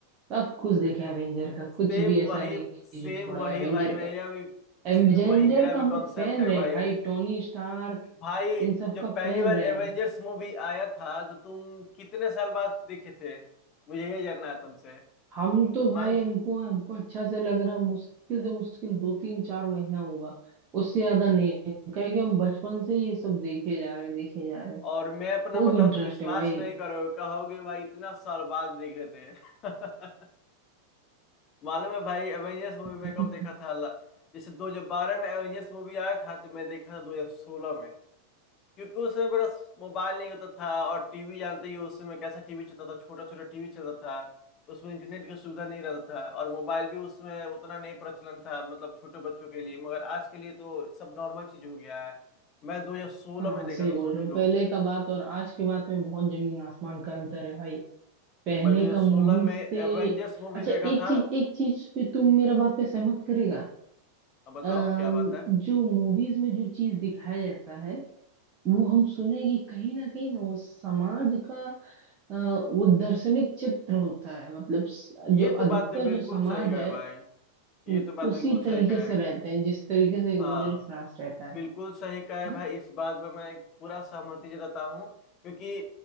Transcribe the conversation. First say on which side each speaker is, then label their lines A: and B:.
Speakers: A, on the right; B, on the left.
A: सब कुछ देखा है एवेंजर का
B: सेम
A: कुछ भी ऐसा
B: वही
A: नहीं है
B: सेम
A: जो छोड़ा
B: वही
A: है एवेंजर
B: भाई मेरा
A: का
B: भी
A: एवेंजर
B: सेम वही मेरा
A: का
B: भी
A: हम लोग
B: कॉन्सेप्ट
A: फैन
B: है
A: रहे हैं
B: भाई
A: भाई टोनी स्टार्क
B: भाई
A: इन सब
B: जब
A: का
B: पहली
A: फैन
B: बार
A: रहे
B: एवेंजर्स
A: हैं
B: मूवी आया था तो तुम कितने साल बाद देखे थे मुझे ये जानना है तुमसे
A: हम तो भाई
B: मांग
A: हमको हमको अच्छा से लग रहा है मुश्किल से मुश्किल दो तीन चार महीना होगा उससे ज्यादा नहीं क्योंकि हम बचपन से ही ये सब देखे जा रहे हैं देखे जा रहे हैं
B: और मैं अपना
A: खूब
B: बताऊं
A: इंटरेस्ट
B: तो विश्वास
A: है भाई
B: नहीं करोगे कहोगे भाई इतना साल बाद देखे थे <laughs> मालूम है भाई एवेंजर्स मूवी मैं
A: <laughs>
B: कब देखा था ला- जैसे 2012 में एवेंजर्स मूवी आया था तो मैं देखा था 2016 में क्योंकि उस समय मेरा मोबाइल नहीं होता था और टीवी जानते ही हो, उस समय कैसा टीवी चलता था छोटा छोटा टीवी चलता था उसमें इंटरनेट की सुविधा नहीं रहता था और मोबाइल भी उस समय उतना नहीं प्रचलन था मतलब छोटे बच्चों के लिए मगर आज के लिए तो सब नॉर्मल चीज हो गया है मैं 2016
A: हाँ
B: में
A: हाँ
B: देखा
A: सही
B: था
A: बोल
B: सोच
A: रहे हो
B: लो
A: पहले का बात और आज की बात में बहुत जमीन आसमान का अंतर है भाई पहले
B: मैं 2016
A: का मूवी
B: में
A: से
B: एवेंजर्स मूवी
A: अच्छा एक
B: देखा था
A: चीज एक चीज पे तुम मेरा बात पे सहमत करेगा
B: अब बताओ
A: अम,
B: क्या बात है
A: जो मूवीज में जो चीज दिखाया जाता है वो हम सुने कि कहीं ना कहीं ना वो समाज का अ, वो दर्शनिक चित्र होता है मतलब स-
B: ये
A: जो
B: तो
A: अधिकतर
B: बात तो बिल्कुल
A: जो समाज
B: सही कहा
A: है
B: है भाई
A: उ-
B: ये तो बात
A: उसी
B: बिल्कुल सही
A: तरीके
B: कहा
A: से
B: है
A: रहते हैं जिस तरीके से
B: हाँ
A: मिडिल क्लास रहता है
B: बिल्कुल सही कहा है
A: हाँ
B: भाई इस बात में मैं पूरा सहमति जताता हूँ क्योंकि